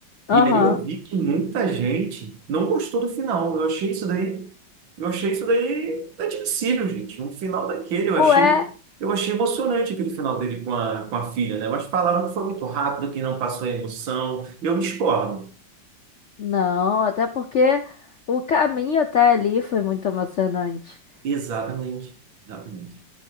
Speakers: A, on the right (about 80°); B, on the left (about 70°).
A: E
B: Aham.
A: aí eu vi que muita gente não gostou do final. Eu achei isso daí, eu achei isso daí admissível, gente. Um final daquele, eu achei,
B: Ué,
A: eu achei emocionante aquele final dele com a, com a filha, né? Mas falaram que foi muito rápido, que não passou a emoção. Eu discordo.
B: não, até porque o caminho até ali foi muito emocionante.
A: Exatamente, exatamente.